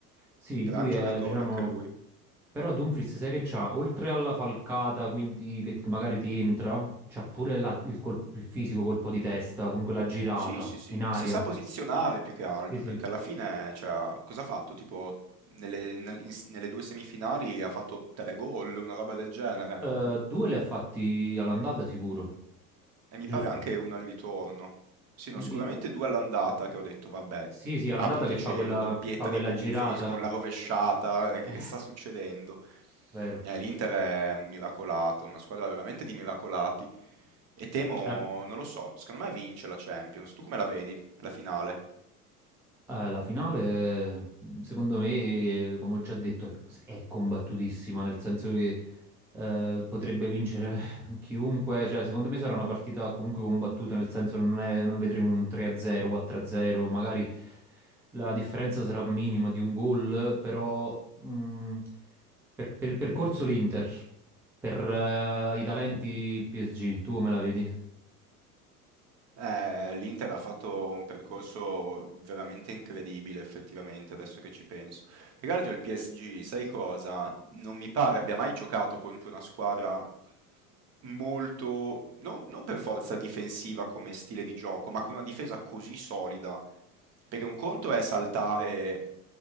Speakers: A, in the centre; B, on the right (about 35°).
A: Sì,
B: Gran
A: lui
B: giocatore
A: è, diciamo,
B: anche lui.
A: però Dumfries sai che c'ha, oltre alla falcata, quindi che magari ti entra, c'ha pure la- il, col- il fisico colpo di testa, comunque la girata
B: Sì, sì, sì.
A: in aria.
B: Si sa posizionare più che altro,
A: Sì, sì.
B: perché alla fine, cioè, cosa ha fatto? Tipo, nelle, nel- in- nelle due semifinali ha fatto tre gol, una roba del genere.
A: Eh, due li ha fatti all'andata sicuro,
B: E mi
A: giusto?
B: pare anche uno al ritorno. Sì, no,
A: Lì-
B: sicuramente due all'andata che ho detto, vabbè,
A: Sì, sì, all'andata
B: apriti
A: che fa
B: cielo,
A: quella,
B: doppietta
A: fa quella
B: di Dumfries
A: girata,
B: con la rovesciata, eh, che,
A: <laughs>
B: che sta succedendo?
A: vero?
B: Eh, l'Inter è un miracolato, una squadra veramente di miracolati. E temo,
A: Eh,
B: non lo so, secondo me vince la Champions. Tu come la vedi, la finale?
A: eh, la finale, secondo me, come ho già detto, è, è combattutissima, nel senso che eh, potrebbe vincere <laughs> chiunque, cioè secondo me sarà una partita comunque combattuta, nel senso non è- non vedremo un 3-0, 4-0, magari la differenza sarà minima di un gol, però mh, per, per il percorso l'Inter, per eh,
B: Mm.
A: i talenti il PSG, tu come la vedi?
B: Eh, l'Inter ha fatto un percorso veramente incredibile, effettivamente, adesso che ci penso. Peraltro il PSG, sai cosa? Non mi pare abbia mai giocato contro una squadra molto, non, non per forza difensiva come stile di gioco, ma con una difesa così solida. Perché un conto è saltare